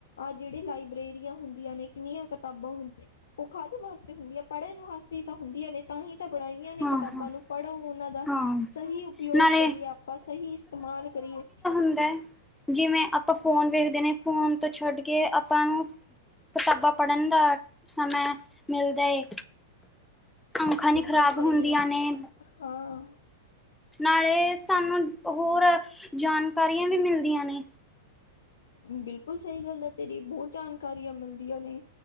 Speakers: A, on the left; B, in the centre.
A: ਆ ਜੇਹੜੀ ਲਾਇਬ੍ਰੇਰੀਆਂ ਹੁੰਦੀਆਂ ਨੇ ਕਿੰਨੀਆਂ ਕਤਾਬਾਂ ਹੁੰਦੀਆਂ ਓ ਕਾਦੇ ਵਾਸਤੇ ਹੁੰਦੀਆਂ, ਪੜ੍ਹਨ ਵਾਸਤੇ ਤਾਂ ਹੁੰਦੀਆਂ ਨੇ ਤਾਂ ਹੀ ਤਾਂ ਤੇ ਬਣਾਈਆਂ ਨੇ
B: ਹਾਂ
A: ਕਿਤਾਬਾਂ
B: ਹਾਂ
A: ਨੂੰ ਪੜ੍ਹੋ ਓਹਨਾਂ ਦਾ'-
B: ਹਾਂ
A: ਸਹੀ ਉਪਯੋਗ
B: ਨਾਲੇ
A: ਕਰੀਏ ਆਪਾਂ ਸਹੀ ਇਸਤੇਮਾਲ ਕਰੀਏ
B: ਮੈਮ, ਜਿਵੇਂ ਆਪਾਂ ਫੋਨ ਵੇਖਦੇ ਨੇ, ਫੋਨ ਤੋਂ ਛੁੱਟ ਕੇ ਆਪਾਂ ਨੂੰ ਕਿਤਾਬਾਂ ਪੜ੍ਹਨ ਦਾ ਸਮੇਂ ਮਿਲਦਾ ਏ, ਅਖਾਂ ਨੀ ਖ਼ਰਾਬ
A: ਏ ਸਈ
B: ਹੁੰਦੀਆਂ
A: ਐ,
B: ਨੇ
A: ਹਾਂ
B: ਨਾਲੇ ਸਾਨੂੰ ਹੋਰ ਜਾਨਕਾਰੀਆਂ ਵੀ ਮਿਲਦੀਆਂ ਨੇ
A: ਬਿਲਕੁਲ ਸਹੀ ਗੱਲ ਆ ਤੇਰੀ ਬਹੁਤ ਜਾਣਕਾਰੀਆਂ ਮਿਲਦੀਆਂ ਨੇ